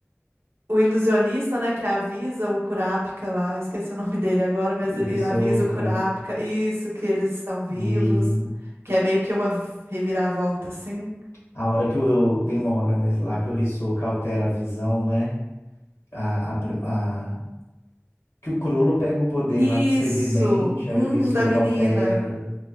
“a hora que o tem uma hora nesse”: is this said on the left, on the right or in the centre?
Left